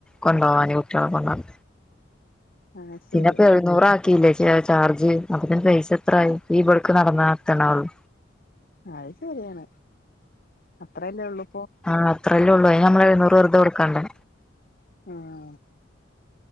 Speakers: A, in the centre; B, on the left (about 50°).
A: കൊണ്ട്പോവാന് കുട്ടികളെ കൊണ്ടപൻ.
B: ആഹ് ശരി
A: പിന്നെപ്പൊ എഴുന്നൂറ ആക്കിയില്ലേ ചാർജ് അപ്പന്റെ പൈസ എത്ര ആയി ഇവിടക്ക് നടന്നത്തണള്ളൂ.
B: അത് ശരിയാണ് അത്രയല്ലേ ഉള്ളൂ ഇപ്പോ.
A: ആഹ് അത്രല്ലേ ഉള്ളൂ അയിന് ഞമ്മൾ എഴുന്നൂറ് വെുത കൊടുക്കണ്ടേ?
B: ആഹ്.